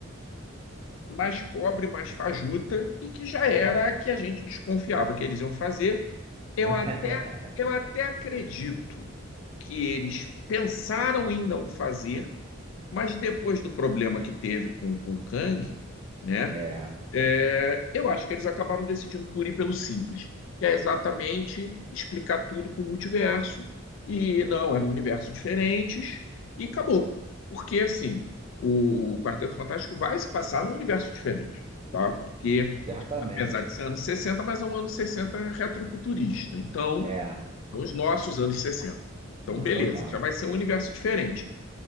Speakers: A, on the left; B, on the right.
A: mais pobre, mais fajuta, e que já era
B: Ah.
A: a que a gente desconfiava que eles iam fazer. Eu
B: <laughs>
A: até, eu até acredito que eles pensaram em não fazer, mas depois do problema que teve com, com o Kang, né?
B: É,
A: É, eu acho que eles acabaram decidindo por ir pelo simples, que é exatamente explicar tudo com o multiverso. E não, eram universos diferentes e acabou. Porque, assim, o, o Quarteto Fantástico vai se passar num universo diferente, tá? Porque,
B: certamente.
A: apesar de ser anos 60, mas é um ano 60 retrofuturista. Então,
B: É,
A: são os nossos anos 60. Então,
B: não
A: beleza,
B: são os nossos.
A: já vai ser um universo diferente.